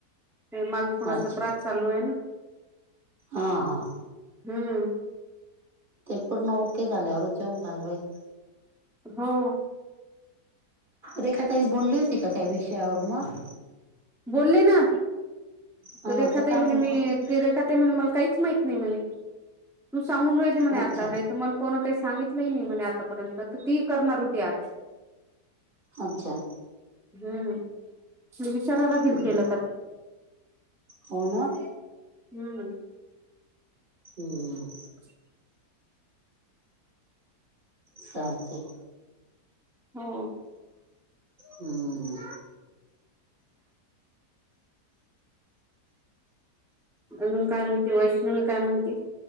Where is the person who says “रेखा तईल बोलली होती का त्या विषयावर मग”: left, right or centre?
Right